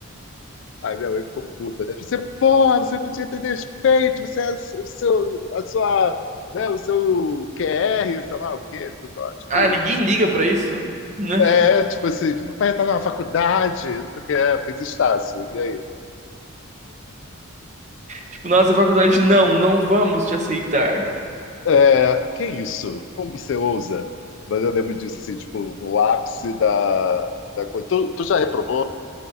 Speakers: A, on the left (about 60°); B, on the right (about 35°).
A: Aí minha mãe ficou puta, né? Você, porra, você precisa ter respeito, você é o seu, a sua, né, o seu QR, sei lá o quê, tipo, tipo,
B: Ah, ninguém liga pra isso, né?
A: é, tipo assim, meu pai tá na faculdade, não sei o que é, fez Estácio, e aí?
B: Tipo, nossa faculdade, não, não vamos te aceitar.
A: É, que isso? Como você ousa? Mas eu lembro disso, assim, tipo, no ápice da, da coisa. Tu, tu já reprovou?